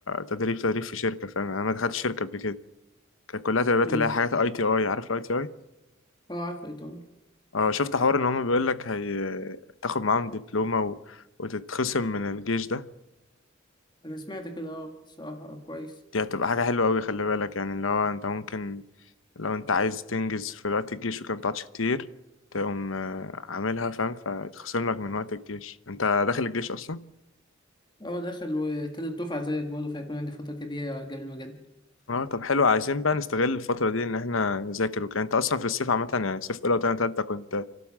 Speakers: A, on the left (about 80°); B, on the left (about 25°).
A: تدريب تدريب في شركه فاهم يعني انا ما دخلتش شركه قبل كده كانت كلها تدريبات
B: امم
A: اللي هي حاجات اي تي اي عارف الاي تي اي
B: اه عارف الايطالي
A: اه شفت حوار ان هما بيقول لك هي تاخد معاهم دبلومة و... وتتخصم من الجيش ده
B: انا سمعت كده اه صراحه كويس
A: دي هتبقى حاجة حلوة قوي خلي بالك يعني اللي هو انت ممكن لو انت عايز تنجز في وقت الجيش وكده متقعدش كتير تقوم آه، عاملها فاهم فيتخصم لك من وقت الجيش انت داخل الجيش اصلا
B: اه داخل وتالت دفعه زيك برضه فهيكون عندي فتره كبيره قبل ما اقدم
A: اه طب حلو عايزين بقى نستغل الفترة دي ان احنا نذاكر وكده انت اصلا في الصيف عامة يعني صيف اولى وتانية تالتة كنت